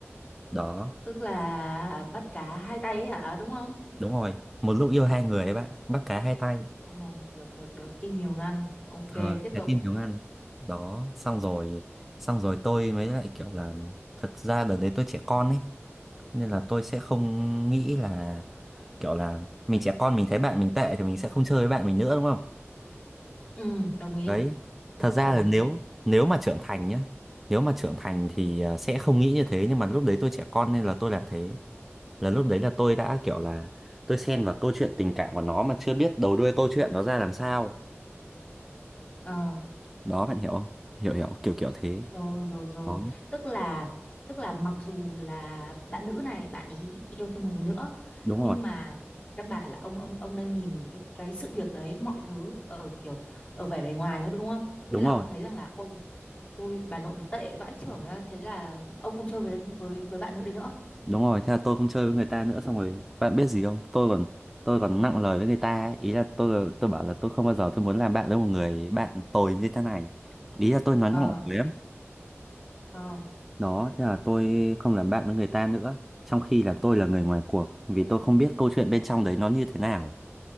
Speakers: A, in the centre; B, on the left (about 30°).
A: đó
B: tức là bắt cá hai tay ấy hả đúng không
A: đúng rồi một lúc yêu hai người ấy bạn bắt cá hai tay
B: ờ, được được được tim nhiều ngăn ok tiếp
A: ờ, trái
B: tục
A: tim hiếu ăn đó xong rồi xong rồi tôi mới lại kiểu là thật ra đợt đấy tôi trẻ con ấy nên là tôi sẽ không nghĩ là kiểu là mình trẻ con mình thấy bạn mình tệ thì mình sẽ không chơi với bạn mình nữa đúng không
B: ừ đồng ý
A: đấy
B: rất
A: thật ra
B: là đồng
A: là
B: ý
A: nếu nếu mà trưởng thành nhá nếu mà trưởng thành thì à, sẽ không nghĩ như thế nhưng mà lúc đấy tôi trẻ con nên là tôi làm thế là lúc đấy là tôi đã kiểu là tôi xen vào câu chuyện tình cảm của nó mà chưa biết đầu đuôi câu chuyện nó ra làm sao
B: ờ
A: đó bạn hiểu không hiểu hiểu kiểu kiểu thế
B: rồi rồi rồi
A: đó
B: tức là tức là mặc dù là bạn nữ này bạn ý yêu thêm một người nữa
A: đúng
B: nhưng
A: rồi
B: mà căn bản là ông ông ông đang nhìn cái cái sự việc đấy mọi thứ ở kiểu ở vẻ bề ngoài thôi đúng không
A: đúng
B: thế là
A: rồi
B: ông thấy rằng là ôi ôi bà nội này tệ vãi chưởng ra thế là ông không chơi với với với bạn nữ đấy nữa
A: đúng rồi thế là tôi không chơi với người ta nữa xong rồi bạn biết gì không tôi còn tôi còn nặng lời với người ta ấy. ý là tôi tôi bảo là tôi không bao giờ tôi muốn làm bạn với một người bạn tồi như thế này ý là tôi nói nặng
B: ờ
A: lời lắm
B: ờ
A: Đó, thế là tôi không làm bạn với người ta nữa, trong khi là tôi là người ngoài cuộc, vì tôi không biết câu chuyện bên trong đấy nó như thế nào.